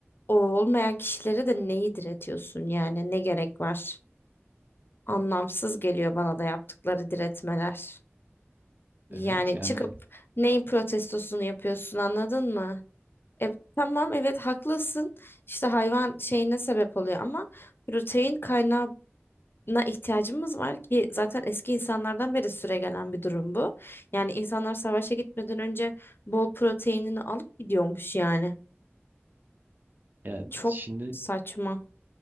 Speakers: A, on the left; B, on the right.
A: O olmayan kişilere de neyi diretiyorsun yani ne gerek var? Anlamsız geliyor bana da yaptıkları diretmeler.
B: Evet
A: Yani
B: yani,
A: çıkıp neyin protestosunu yapıyorsun anladın mı? E, tamam evet haklısın İşte hayvan şeyine sebep oluyor ama protein kaynağına ihtiyacımız var ki zaten eski insanlardan beri süregelen bir durum bu. Yani insanlar savaşa gitmeden önce bol proteinini alıp gidiyormuş yani.
B: yani
A: Çok
B: şimdi
A: saçma.